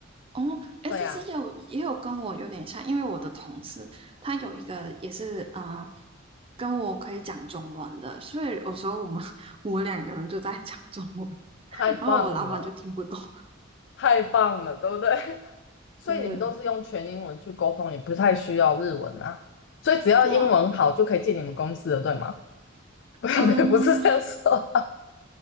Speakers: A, on the right; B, on the left.
A: 哦，s
B: 对呀、
A: C
B: 啊
A: 有也有跟我有点像，因为我的同事他有一个也是啊、呃跟我可以讲中文的，所以有时候我们 <laughs> 我们两个人就在讲中文，<laughs>
B: 太棒了，
A: 然后我老板就听不懂。<laughs>
B: 太棒了，对不对？<laughs> 所以你们都是用全英文去沟通，
A: 对，
B: 也不太需要日文啊。所以只要英文好就可以进你们公司了，
A: 对啊，
B: 对吗？<laughs> 不，
A: 嗯，
B: 不是这样说，